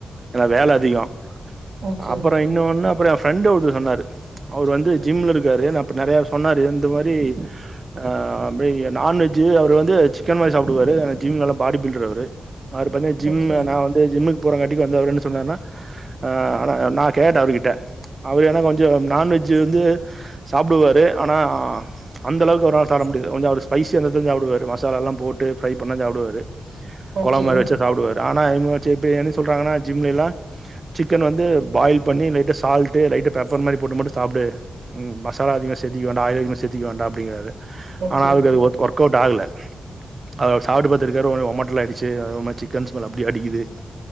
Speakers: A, on the right; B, on the right.
A: ஏனா வேல அதி கம்
B: ஓகே
A: அப்பறம்
B: ஓகே
A: இன்னு ஒன்னு அப்றம் ஃப்ரெண்ட் ஒருத்த சொன்னாரு அவரு வந்து ஜிம்லருக்காரு ந அப்ப நறையா சொன்னாரு இந்த மாரி ஆ அ அப்டி நான்வெஜ்ஜு அவரு வந்து சிக்கன் மாரி சாப்டுவாரு எனா ஜிம் நல்லா பாடி பில்ட்ரு அவரு அவரு பாத்தீங்ன ஜிம்மு
B: ஓகே
A: நா வந்து ஜிம்முக்கு போறங்காட்டிக்கு வந்து அவரு என்ன சொன்னாருனா அ ஆனா நா கேட்டே அவருகிட்ட அவர் ஏனா கொஞ்சோ நான்வெஜ் வந்து சாப்டுவாரு ஆனா அந்தளவுக்கு அவ தர முடியா கொஞ்சோ அவரு ஸ்பைசியாந்தா தா ஜாப்டுவாரு மசாலாலா போட்டு ப்ரை பண்ண ஜாப்டுவாரு
B: ஓகே
A: கொலம் மாரி வச்சா சாப்டுவாரு ஆனா <unintelligible> இப்ப என்ன சொல்றாங்கனா ஜிம்ல எல்லா சிக்கன் வந்து ந்து பாயில் பண்ணி லைட்டா சால்ட்டு லைட்டா பேப்பர் மாரி போட்டு மட்டு சாப்டு ம் மசாலா அதிகமா சேத்திக்க வேண்டா ஆயில் அதிகமா சேத்திக்க வேண்டா அப்டிங்ராரு
B: ஓகே
A: ஆனா அவருக்கு
B: ஓகே
A: அது
B: ஓகே
A: ஒர்க் ஒர்க்வுட் ஆகுல அத அவரு சாப்ட்டு பாத்துருக்காரு ஒண்ணே ஒமட்டலாயிடுச்சு அது ஒரு மாரி சிக்கன் ஸ்மெல் அப்டே அடிக்குது